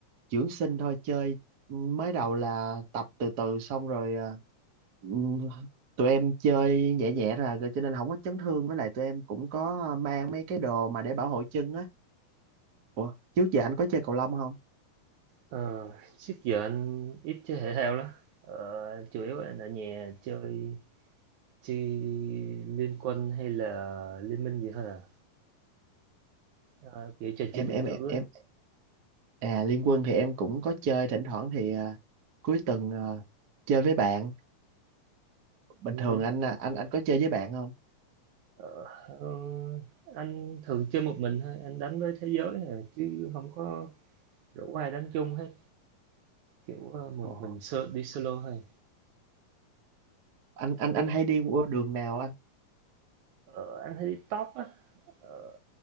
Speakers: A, on the right; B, on the right.
A: dưỡng sinh thôi. Chơi mới đầu là tập từ từ xong rồi à, ừm, tụi em chơi nhẹ nhẹ là rồi cho nên không có chấn thương. Với lại tụi em cũng có mang mấy cái đồ mà để bảo hộ chân á. Ủa, trước giờ anh có chơi cầu lông không?
B: Ờ, trước giờ anh ít chơi thể thao lắm. Ờ, chủ yếu anh ở nhà chơi chơi Liên Quân hay là Liên Minh gì thôi à? Ờ, kiểu chơi
A: em
B: trên điện
A: em
B: tử
A: em em-
B: á.
A: à Liên Quân thì em cũng có chơi thỉnh thoảng thì à, cuối tuần à, chơi với bạn bình
B: Ừ
A: thường
B: hử.
A: anh à, anh anh có chơi với bạn không
B: Ờ, ờ, anh thường chơi một mình thôi, anh đánh với thế giới à, chứ không có rủ ai đánh chung hết. Kiểu, ờ, một
A: Ồ,
B: mình solo đi solo thôi.
A: anh anh
B: Em
A: anh hay đi qua đường nào anh
B: ờ, anh thấy top á, ờ,